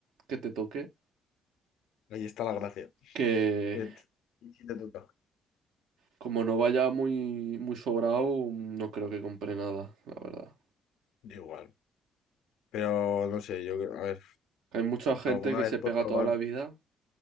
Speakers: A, on the right; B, on the left.
A: que te toque,
B: Ahí está la gracia.
A: que
B: Que t- ¿Y si te toca?
A: como no vaya muy, muy sobrado, no creo que compre nada, la verdad.
B: Yo igual. Pero no sé, yo, creo- a ver,
A: Hay mucha gente
B: alguna
A: que
B: vez
A: se pega
B: por probar,
A: toda la vida